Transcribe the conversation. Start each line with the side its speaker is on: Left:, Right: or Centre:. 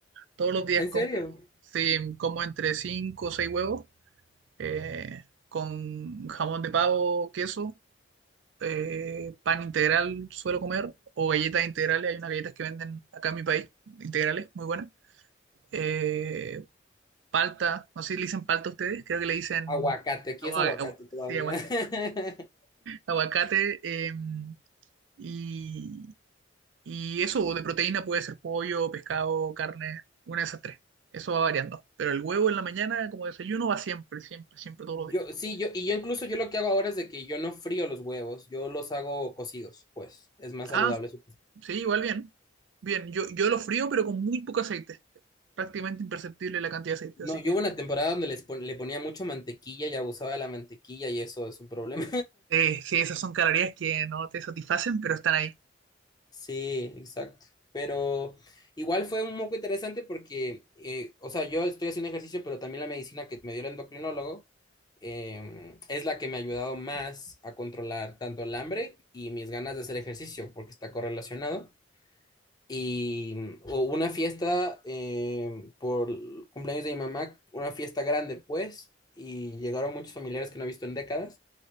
Right: Todos los días
Left: ¿En
Right: como,
Left: serio?
Right: sí, como entre 5 o 6 huevos eh, con jamón de pavo, queso, eh, pan integral suelo comer, o galletas integrales, hay unas galletas que venden acá en mi país, integrales, muy buenas. Eh, palta, no sé si le dicen palta a ustedes, creo que le dicen
Left: Aguacate, aquí
Right: agua-
Left: es aguacate
Right: agua-
Left: todavía.
Right: sí, aguacate.
Left: <laughs>
Right: Aguacate, eh, y, y eso de proteína puede ser pollo, pescado, carne, una de esas tres. Eso va variando. Pero el huevo en la mañana como desayuno va siempre, siempre, siempre todos
Left: Yo,
Right: los días.
Left: sí, yo, y yo incluso yo lo que hago ahora es de que yo no frío los huevos, yo los hago cocidos, pues, es más
Right: Ah,
Left: saludable. supongo.
Right: Sí, igual bien. Bien, yo, yo lo frío, pero con muy poco aceite. Prácticamente imperceptible la cantidad de aceite,
Left: No,
Right: así
Left: yo
Right: que...
Left: hubo una temporada donde les pon- le ponía mucho mantequilla y abusaba de la mantequilla y eso es un problema.
Right: Eh, sí, esas son calorías que no te satisfacen, pero están ahí.
Left: Sí, exacto. Pero igual fue un poco interesante porque, eh, o sea, yo estoy haciendo ejercicio, pero también la medicina que me dio el endocrinólogo em, es la que me ha ayudado más a controlar tanto el hambre y mis ganas de hacer ejercicio, porque está correlacionado. Y mm, hubo una fiesta em, por el cumpleaños de mi mamá, una fiesta grande, pues, y llegaron muchos familiares que no he visto en décadas.